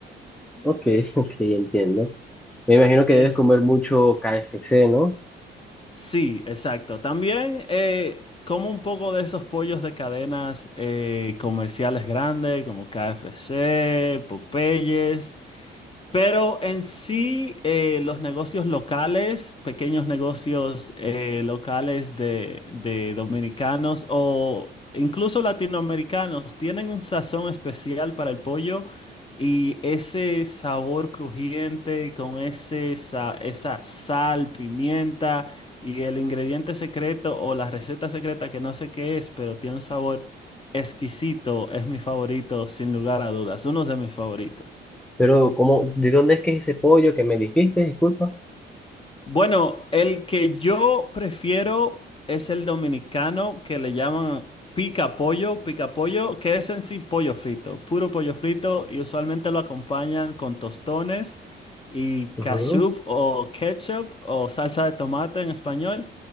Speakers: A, in the centre; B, on the left.
A: ok, ok, entiendo. Me imagino que
B: Es,
A: debes comer mucho KFC, ¿no?
B: sí, exacto. También eh, como un poco de esos pollos de cadenas eh, comerciales grandes como KFC, Popeyes. Pero en sí, eh, los negocios locales, pequeños negocios eh, locales de, de dominicanos o incluso latinoamericanos, tienen un sazón especial para el pollo y ese sabor crujiente con ese, sa- esa sal, pimienta y el ingrediente secreto o la receta secreta que no sé qué es, pero tiene un sabor exquisito, es mi favorito, sin lugar a dudas, uno de mis favoritos.
A: Pero, ¿cómo, de dónde es que es ese pollo que me dijiste? Disculpa.
B: Bueno, el que yo prefiero es el dominicano que le llaman pica pollo, pica pollo, que es en sí pollo frito, puro pollo frito y usualmente lo acompañan con tostones y
A: Ujú,
B: ketchup o ketchup o salsa de tomate en español.